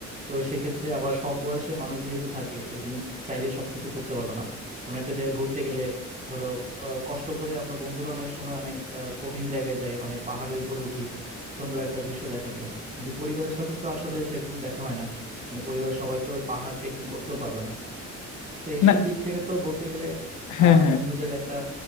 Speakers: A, on the right; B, on the left.
A: তো সেক্ষেত্রে আবার সব বয়সের মানুষ যেহেতু থাকে তো তুমি চাইলেই সবকিছু করতে পারবে না কোনো একটা জায়গায় ঘুরতে গেলে ধরো আহ, কষ্ট করে আমরা বন্ধুরা অনেক সময় অনেক আহ, কঠিন জায়গায় যাই অনেক পাহাড়ে উপরে উঠি সুন্দর একটা দৃশ্য দেখার জন্য কিন্তু পরিবারের সাথে তো আসলে সেরকম দেখা হয় না মানে পরিবারের সবাই তো ওই পাহাড় ট্রেকিং করতেও পারবে না তো এইসব
B: না
A: দিক থেকে তো বলতে গেলে
B: হ্যাঁ
A: আহ
B: হ্যাঁ
A: বন্ধুদের একটা